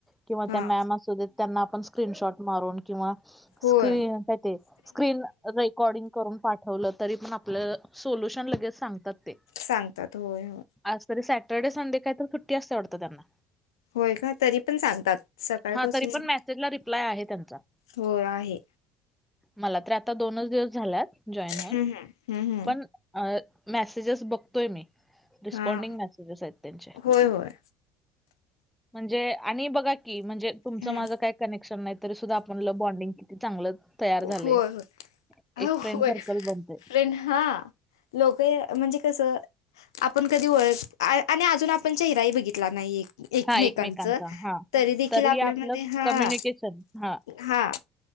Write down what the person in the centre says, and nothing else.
किंवा
त्या मॅम असू देत त्यांना आपण स्क्रीनशॉट मारून किंवा
स्क्रीन काय ते स्क्रीन रेकॉर्डिंग करून पाठ ठेवलं तरी पण आपल्याला सोल्युशन लगेच सांगतात ते.
आज तरी सॅटर्डे संडे काय तर सुट्टी असते वाटतं त्यांना
हा तरी पण मेसेजला रिप्लाय आहे त्यांचा
मला तर आता दोनच दिवस झाल्यात जॉईन होऊन
पण अ मेसेजेस बघतोय मी रिस्पॉन्डिंग
मेसेजेस आहेत त्यांचे
म्हणजे आणि बघा की म्हणजे तुमचं
माझं काय कनेक्शन नाय तरी सुद्धा आपणलं बॉन्डिंग किती चांगलं तयार झालंय.
एक फ्रेंड
सर्कल बनतंय.
हां, एकमेकांचा हां.
आपलं
कम्युनिकेशन हां,